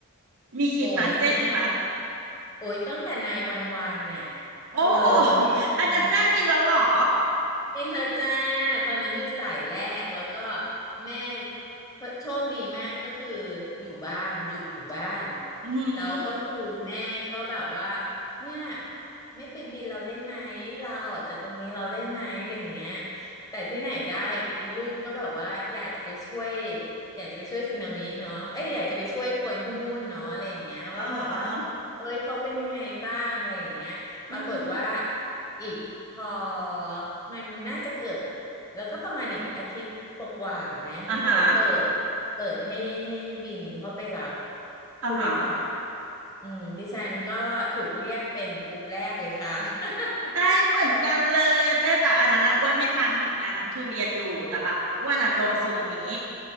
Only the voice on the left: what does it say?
โอ้ยเนี่ยโอ้ยตั้งแต่นายวันวันน่ะ
เออเหตุการณ์
นี่เธอจ้าตอนนั้นอยู่สายแรกแล้วก็แม่โชคดีมากก็คืออยู่บ้านหยุดอยู่บ้าน
แล้วก็คือแม่ก็แบบว่า
เนี่ยไม่ไปบินเราได้ไหมลาออกจากตรงนี้เราได้ไหมอะไรอย่างเงี้ย แต่ที่ไหนได้อีลูกก็แบบว่าอยากจะไปช่วยอยากจะไปช่วยสึนามิเนาะเอ้ยอยากจะไปช่วยคนที่นู่นเนาะอะไรอย่างเงี้ยว่าแบบว่า
เอ้ยเขาเป็นยังไงบ้างอะไรอย่างเงี้ยปรากฏว่า
อีก พอมันน่าจะเกิดแล้วก็ประมาณอีกอาทิตย์กว่าๆไหมที่เขาเปิดเปิดให้ให้บินเข้าไปรับ
ผู้โดยสารอืมดิฉันก็ถูกเรียกเป็นกลุ่มแรกเลยค่ะ <laughs>